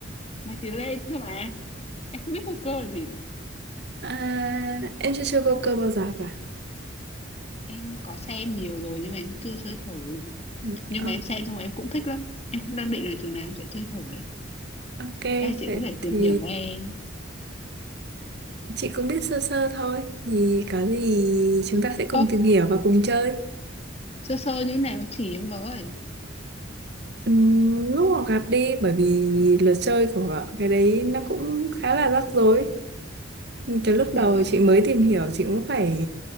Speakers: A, on the left; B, on the right.
A: bài tiến lên thôi mà em không biết poker là gì cả
B: à, em chưa chơi poker bao giờ cả
A: em có xem nhiều rồi nhưng mà em chưa chơi thử
B: Ừ,
A: nhưng
B: ok.
A: mà em xem xong rồi em cũng thích lắm em cũng đang định là chừng nào em sẽ chơi thử ấy
B: Ok,
A: Ê, chị
B: vậy
A: có thể tìm
B: thì
A: hiểu về em.
B: chị cũng biết sơ sơ thôi. Thì có gì chúng ta sẽ cùng
A: Ơ,
B: tìm hiểu và cùng chơi.
A: sơ sơ như thế nào chỉ em với.
B: Ừm, lúc mà gặp đi, bởi vì luật chơi của cái đấy nó cũng khá là rắc rối. Cái lúc
A: Thế
B: đầu
A: á,
B: chị mới tìm hiểu, chị cũng phải